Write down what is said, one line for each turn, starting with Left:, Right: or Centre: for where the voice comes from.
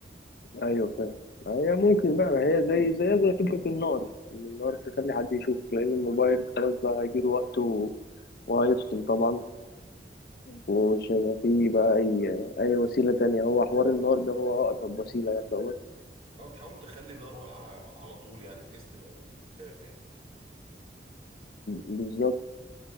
Left: ايوه فاهم ما هي ممكن بقى ما هي زي زي زي فكرة النار إن النار تخلي حد يشوفك لأن الموبايل خلاص بقى هيجيله وقته وهيفصل طبعا
Right: مم.
Left: ومش هيبقى فيه بقى أي أي وسيلة تانية هو حوار النار ده هو أقرب وسيلة يعتبر
Right: اه تحاول تخلي النار والعه على طول يعني بحيث تبقى من دافع
Left: بالظبط